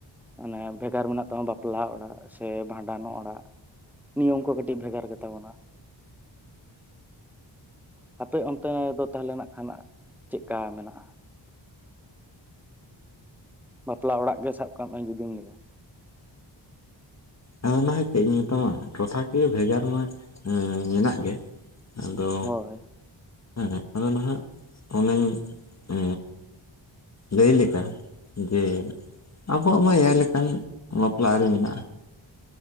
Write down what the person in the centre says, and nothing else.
ᱢᱟᱱᱮ ᱵᱷᱮᱜᱟᱨ ᱢᱮᱱᱟᱜ ᱵᱟᱝ ᱵᱟᱯᱞᱟ ᱚᱲᱟᱜ ᱥᱮ ᱵᱷᱟᱸᱰᱟᱱ ᱚᱲᱟᱜ ᱱᱤᱭᱚᱢ ᱠᱚ ᱠᱟᱹᱴᱤᱡ ᱵᱷᱮᱜᱟᱨ ᱜᱮᱛᱟ ᱵᱚᱱᱟ
ᱟᱯᱮ ᱚᱱᱛᱮ ᱫᱚ ᱛᱟᱦᱮᱸᱞᱮᱱᱟᱜ ᱠᱷᱟᱱ ᱪᱮᱫᱞᱮᱠᱟ ᱢᱮᱱᱟᱜ-ᱟ? ᱵᱟᱯᱞᱟ ᱚᱲᱟᱜ ᱜᱮ ᱥᱟᱵ ᱠᱟᱜ ᱢᱮ ᱡᱩᱫᱤᱢ ᱞᱟᱹᱭᱟ
ᱦᱳᱭ